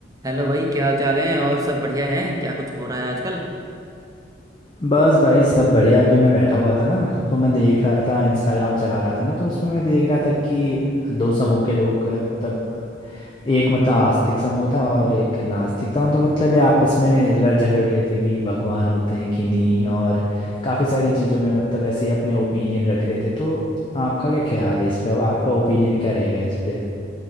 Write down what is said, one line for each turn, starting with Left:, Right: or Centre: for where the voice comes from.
Right: Hello भाई क्या हाल चाल है और सब बढ़िया है क्या कुछ हो रहा है आजकल
Left: बस भाई सब बढ़िया अभी मैं बैठा हुआ था ना तो मैं देख रहा था इंस्टाग्राम चला रहा था ना तो उसमें मैं देख रहा था कि दो समूह के लोग अ, मतलब एक मतलब आस्तिक समूह था और एक नास्तिक था तो मतलब ये आपस में लड़ झगड़ रहे थे कि भगवान होते हैं कि नहीं और काफ़ी सारी चीज़ों में मतलब ऐसे ही अपने ओपिनियन रख रहे थे तो आपका क्या ख्याल है इस पे अब आपका ओपिनियन क्या रहेगा इस पे